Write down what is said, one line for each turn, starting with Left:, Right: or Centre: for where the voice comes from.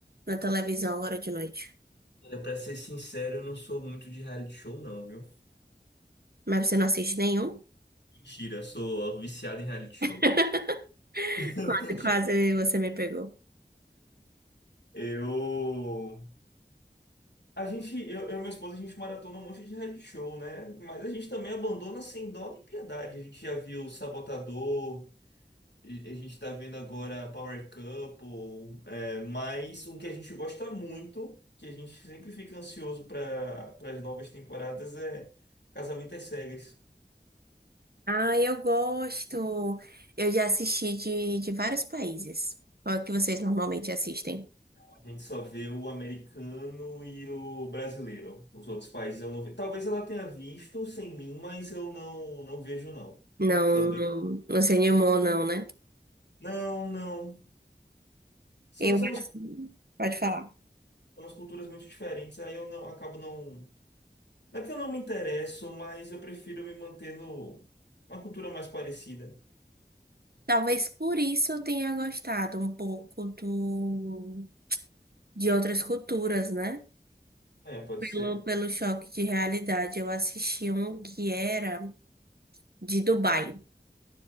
Right: na televisão agora de noite.
Left: Olha, pra ser sincero, eu não sou muito de reality show, não, viu?
Right: Mas você não assiste nenhum?
Left: Mentira, sou viciado em reality show.
Right: <laughs>
Left: <laughs>
Right: Quase, quase você me pegou.
Left: Eu. A gente, eu, eu e minha esposa, a gente maratona um monte de reality show, né? Mas a gente também abandona sem dó nem piedade. A gente já viu o Sabotador. E A gente tá vendo agora Power Couple, é, mais um que a gente gosta muito, que a gente sempre fica ansioso para as novas temporadas, é Casamento às Cegas.
Right: Ah, eu gosto. Eu já assisti de, de vários países. Qual é que vocês normalmente assistem?
Left: A gente só vê o americano e o brasileiro. Os outros países eu não vejo. Talvez ela tenha visto sem mim, mas eu não, não vejo, não.
Right: Não,
Left: Só vejo.
Right: não, não se animou, não, né?
Left: Não, não. São,
Right: Eu,
Left: são umas
Right: assisto.
Left: são
Right: pode falar.
Left: umas culturas muito diferentes, aí eu não acabo não. Não é que eu não me interesso, mas eu prefiro me manter no uma cultura mais parecida.
Right: Talvez por isso eu tenha gostado um pouco do, de outras culturas, né?
Left: É, pode
Right: Pelo,
Left: ser.
Right: pelo choque de realidade, eu assisti um que era de Dubai.